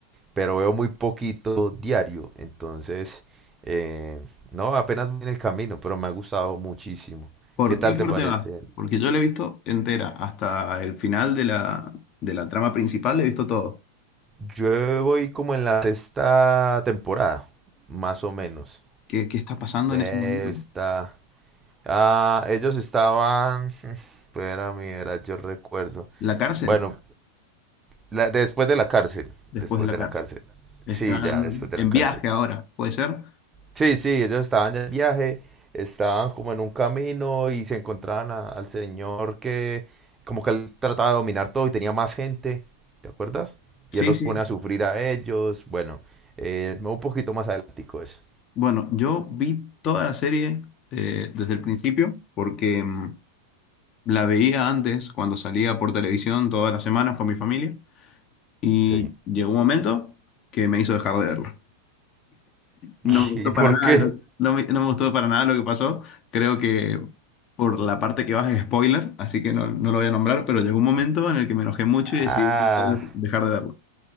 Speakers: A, on the right; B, on the left.
A: pero veo muy poquito diario, entonces, eh, no, apenas voy en el camino, pero me ha gustado muchísimo.
B: ¿Por
A: ¿Qué tal
B: qué parte
A: te parece?
B: vas? Porque yo la he visto entera, hasta el final de la, de la trama principal, he visto todo.
A: Yo voy como en la sexta temporada, más o menos.
B: ¿Qué, qué está pasando
A: Sexta.
B: en ese momento?
A: Ah, ellos estaban. <laughs> Espera, mira, yo recuerdo.
B: La cárcel,
A: Bueno, la- después de la cárcel.
B: después
A: Después
B: de la
A: de
B: cárcel.
A: la cárcel.
B: Están
A: Sí, ya, después de
B: en
A: la cárcel.
B: viaje ahora, ¿puede ser?
A: Sí, sí, ellos estaban de viaje, estaban como en un camino y se encontraban a- al señor que como que él trataba de dominar todo y tenía más gente, ¿te acuerdas?
B: Sí,
A: Y él los
B: sí.
A: pone a sufrir a ellos, bueno, eh, un poquito más adelantico eso.
B: Bueno, yo vi toda la serie eh, desde el principio porque mm, la veía antes cuando salía por televisión todas las semanas con mi familia y
A: Sí.
B: llegó un momento que me hizo dejar de verlo. No
A: <laughs>
B: me gustó
A: ¿Y por
B: para nada,
A: qué?
B: lo- no me, no me gustó para nada lo que pasó. Creo que por la parte que vas es spoiler, así que no, no lo voy a nombrar, pero llegó un momento en el que me enojé mucho y
A: Ah,
B: decidí dejar de verlo.